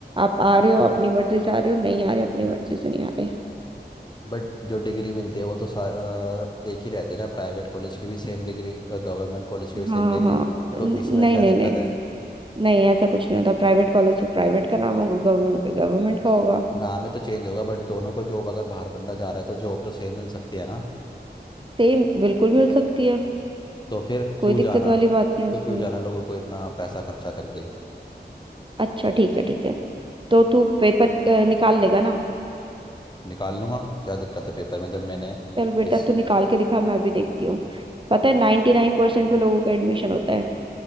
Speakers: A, on the right (about 30°); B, on the left (about 25°).
A: आप आ रहे हो अपनी मर्जी से आ रहे हो नहीं आ रहे अपनी मर्जी से नहीं आ रहे
B: बट जो डिग्री मिलती है वो तो सा- अ, एक ही रहती है ना प्राइवेट कॉलेज की भी सेम डिग्री और गवर्नमेंट कॉलेज की भी सेम
A: हाँ
B: डिग्री
A: हाँ न-
B: तो इसमें
A: नहीं
B: क्या
A: नहीं
B: दिक्कत
A: नहीं नहीं
B: है
A: नहीं ऐसा कुछ नहीं होता प्राइवेट कॉलेज पे प्राइवेट का नाम होगा गवर्नमेंट पे गवर्नमेंट का होगा
B: नाम ही तो चेंज होगा बट दोनों को जॉब अगर बाहर बंदा जा रहा है तो जॉब तो सेम मिल सकती है ना
A: सेम बिल्कुल मिल सकती है
B: तो फिर
A: कोई
B: क्यों
A: दिक्कत
B: जाना
A: वाली बात नहीं है
B: तो
A: उसमें
B: क्यों जाना लोगों को इतना पैसा खर्चा करके
A: अच्छा ठीक है ठीक है तो तू पेपर अ, निकाल लेगा ना
B: निकाल लूंगा क्या दिक्कत है पेपर में जब मैंने
A: चल बेटा
B: इस
A: तू निकाल के दिखा मैं अभी देखती हूँ पता है नाइन्टी नाइन परसेंट पे लोगों का एडमिशन होता है